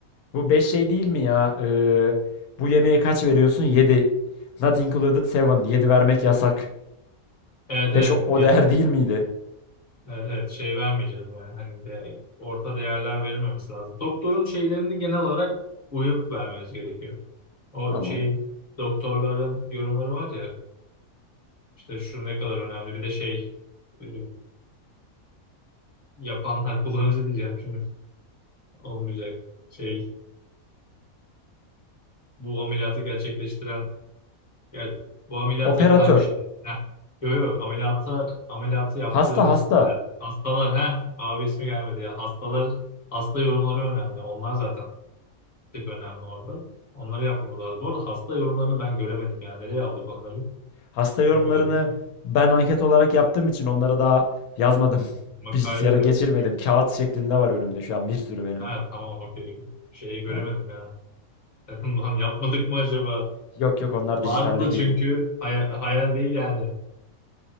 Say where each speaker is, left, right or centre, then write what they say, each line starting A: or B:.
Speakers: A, on the left; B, on the left.
A: Bu 5 şey değil mi ya? E, bu yemeğe kaç veriyorsun? 7. Not included seven. 7 vermek yasak.
B: Evet evet.
A: 5 o, o
B: Ya,
A: değer değil miydi?
B: evet evet. Şey vermeyeceğiz yani. Hani de orta değerler verilmemesi lazım. Doktorun şeylerini genel olarak uyup vermemiz gerekiyor. O
A: Tamam.
B: şey doktorların yorumları var ya işte şu ne kadar önemli. Bir de şey e, yapanlar <laughs> kullanıcı diyeceğim şimdi. Olmayacak. Şey bu ameliyatı gerçekleştiren Yani bu ameliyat
A: Operatör.
B: yapılan kişiler. Heh. Yo yo ameliyata, ameliyatı yaptığımız
A: Hasta hasta.
B: kişiler. Hastalar ha abi ismi gelmedi ya. Hastalar hasta yorumları önemli. Onlar zaten tek önemli orada. Onları yapmamız lazım. Bu arada hasta yorumlarını ben göremedim ya. Nereye aldık onları?
A: Hasta yorumlarını
B: Sen görebilir misin?
A: ben anket olarak yaptığım için onları daha yazmadım. <laughs>
B: Makale
A: Bilgisayara
B: de
A: geçirmedim.
B: yok çünkü.
A: Kağıt şeklinde var önümde şu an bir sürü benim.
B: Ha tamam okey. Şeyi göremedim
A: Tamam.
B: ya. <laughs> Dedim lan yapmadık mı acaba?
A: Yok yok onlar
B: Vardı
A: dijitalde
B: da çünkü
A: değil.
B: hayal, hayal değil yani.